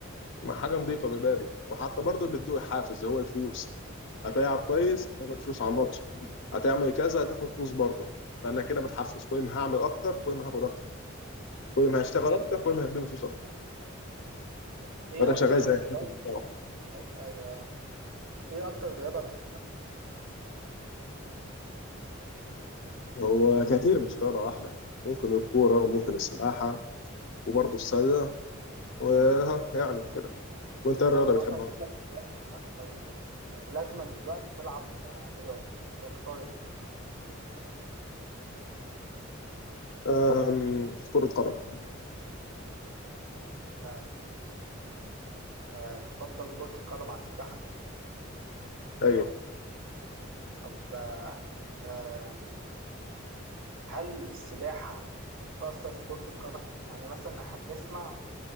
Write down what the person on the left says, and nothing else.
ما حاجه نظيفه ببالي وحتى برضه بيدوه حافز هو الفلوس هتلعب
كويس هتاخد فلوس على الماتش هتعمل كذا هتاخد فلوس برضه فانا كده متحفز كل ما هعمل اكتر كل ما هاخد اكتر كل
ما هشتغل اكتر كل ما هديله فلوس اكتر
فده
شغال
زي الحافز بتاعه
هو كتير مش رياضه واحده ممكن الكوره وممكن السباحه وبرضه السله وها يعني كده وانت إيه
الرياضه بتحبها
أم، كره قدم
ايوه